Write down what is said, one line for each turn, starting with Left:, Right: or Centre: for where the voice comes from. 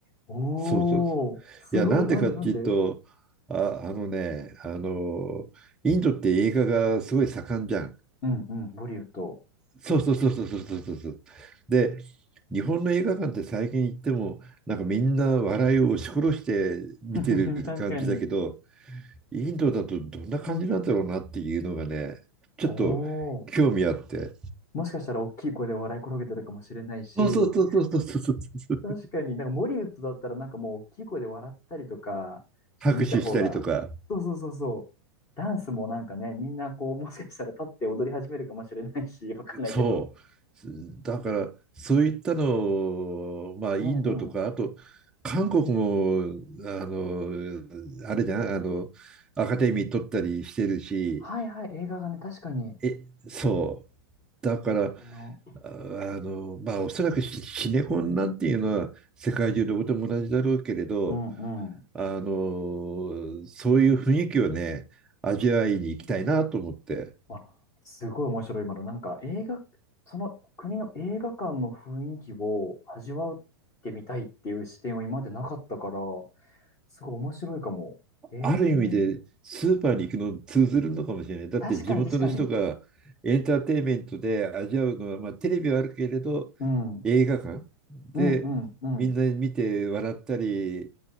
Left: おおー、
Centre: そうそう。いや、
Left: すごい。
Centre: なんでかっていうと、
Left: なんでなんで
Centre: あ、あのね、あの、インドって映画がすごい盛んじゃん。
Left: うんうん、ボリウッド
Centre: そうそうそうそうそうそうそうそう。で、日本の映画館って最近行っても、なんかみんな笑いを押し殺して見てる感じだけど、
Left: <laughs>。確かに。
Centre: インドだとどんな感じなんだろうなっていうのがね、ちょっと
Left: おお、
Centre: 興味あって。
Left: もしかしたら大きい声で笑い転げてるかもしれないし
Centre: そうそうそうそうそうそうそう。
Left: 確かに、なんかモリウッドだったらなんかもう大きい声で笑ったりとかしてみた方が、
Centre: 拍手したりとか、
Left: そうそうそうそう。ダンスもなんかね、みんなこう、もしかしたら立って踊り始めるかもしれないし、わかんないけど。
Centre: そう。だから、そういったのを、まあ、インドとか、
Left: うんうん。
Centre: あと、韓国も、あの、あれじゃん、あの、アカデミー取ったりしてるし、
Left: はいはい、映画がね、確かに。
Centre: え、そう。だから、
Left: 感じの。
Centre: ああの、まあ、おそらくシシネコンなんていうのは世界中どこでも同じだろうけれど、
Left: うんうん。
Centre: あの、そういう雰囲気をね、味わいに行きたいなと思って、
Left: わ、すごい面白い今の。なんか映画、その国の映画館の雰囲気を味わってみたいっていう視点は今までなかったから、すごい面白いかも。ええ
Centre: ある意味でスーパーに行くの通ずるのかもしれない。だって地元の人がエンターテインメントで味わうのは、
Left: 確かに確かに。
Centre: まあ、テレビはあるけれど、
Left: うん。
Centre: 映画館でみんな見て笑ったり、
Left: うんうんうん。